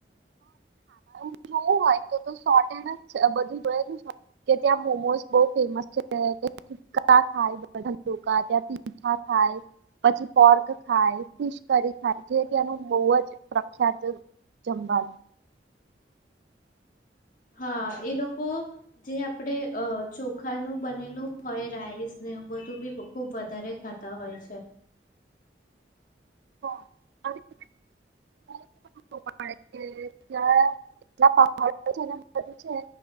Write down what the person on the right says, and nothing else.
નવું હોય તો સો એ જ બધું જોયેલું હો કે ત્યાં મોમો બો ફેમસ છેકા ખાયા ત્યાીઠા ખાય પછી પોર્ક ખાય ફિશ કરી ખાય જે ત્યાંનું બો જ પ્રખ્યાત. જમાનું
હા <inaudible> પણ ત્યાં એટલા પહાડ છે બધું છે